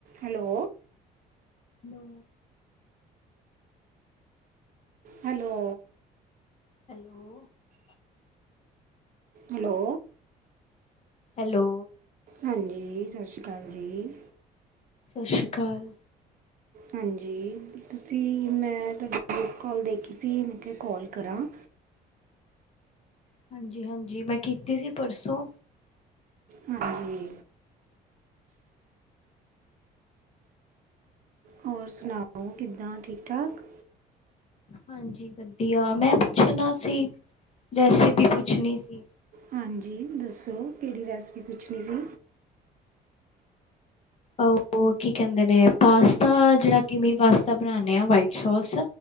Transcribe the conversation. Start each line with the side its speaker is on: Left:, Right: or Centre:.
Right: Hello
Left: ਨੌ
Right: hello
Left: hello
Right: hello
Left: hello
Right: ਹਾਂਜੀ ਸਤਿ ਸ਼੍ਰੀ ਅਕਾਲ ਜੀ
Left: ਸਤਿ ਸ਼੍ਰੀ ਅਕਾਲ
Right: ਹਾਂਜੀ ਤੁਸੀਂ ਮੈਂ ਤੁਹਾਡਾ ਮਿਸ ਕਾਲ ਦੇਖੀ ਸੀ ਮ ਕੋਲ ਕਰਾਂ
Left: ਹਾਂਜੀ ਹਾਂਜੀ ਮੈਂ ਕੀਤੀ ਸੀ ਪਰਸੋਂ
Right: ਹਾਂਜੀ ਹੋਰ ਸੁਣਾਓ ਕਿੱਦਾਂ ਠੀਕ ਠਾਕ
Left: ਹਾਂਜੀ ਵਧੀਆ ਮੈਂ ਪੁੱਛਣਾ ਸੀ ਰੈਸਿਪੀ ਪੁੱਛਣੀ ਸੀ।
Right: ਹਾਂਜੀ ਦੱਸੋ ਕਿਹੜੀ ਰੈਸਿਪੀ ਪੁੱਛਣੀ ਸੀ
Left: ਉਹ ਕੀ ਕਹਿੰਦੇ ਨੇ ਪਾਸਤਾ ਜਿਹੜਾ ਕਿ ਮੀ ਪਾਸਤਾ ਬਣਾਂਦੇ ਆ ਵਾਈਟ ਸੋਸ